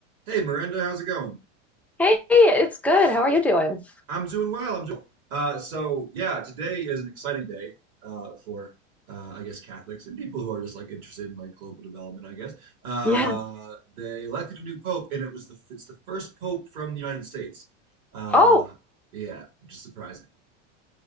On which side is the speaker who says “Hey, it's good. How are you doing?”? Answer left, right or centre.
Centre